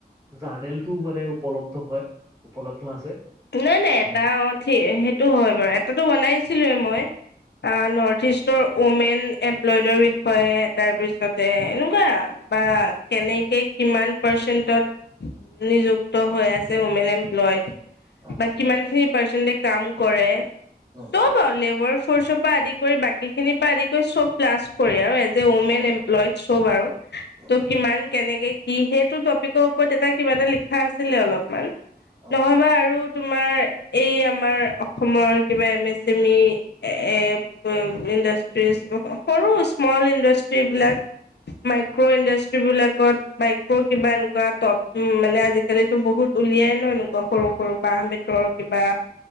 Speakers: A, on the right; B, on the left.
A: জাৰ্নেলটো মানে উপলব্ধ হয়, উপলব্ধ আছে।
B: নাই- নাই
A: তেনেকুৱা
B: এটা অহ ', ঠি সেইটো হয় বাৰু এটাতটো বনাইছিলোঁ এ মই। অহ
A: উম,
B: ', নৰ্থ ইষ্টৰ উমেন এমপ্লয়ডৰ বিষয়ে তাৰপিছতে এনেকুৱা আৰু, বা কেনেকে কিমান পাৰ্চেণ্টত, নিযুক্ত হৈ আছে উমেন এমপ্লয়ড।
A: অ
B: বা কিমান খিনি পাৰ্চেণ্টে কাম কৰে।
A: অ
B: চ'ব আৰু লেৱা ফৰ্চৰ পৰা আদি কৰি বাকী খিনিৰ পৰা আদি কৰি চব প্লাছ কৰে আৰু যে উমেন
A: অ
B: এমপ্লয়ড চ'ব আৰু,
A: অ
B: ত', কিমান কেনেকে কি সেইটো টপিকৰ ওপৰত এটা কিবা এটা লিখা আছিলে অলপমান।
A: অ
B: নহ'বা আৰু তোমাৰ এই আমাৰ অসমৰ কিবা এম এছ ছেমি এ - এ ইণ্ডাষ্ট্ৰিজ সৰু স্মল ইণ্ডাষ্ট্ৰ্ৰী বিলাক, মাইক্ৰ ইণ্ডাষ্ট্ৰ্ৰী বিলাকত, মাইক্ৰ কিবা এনেকুৱা টপ মানে আজিকালিতো বহুত উলিয়াই ন এনেকুৱা সৰু <unintelligible> তৰ কিবা।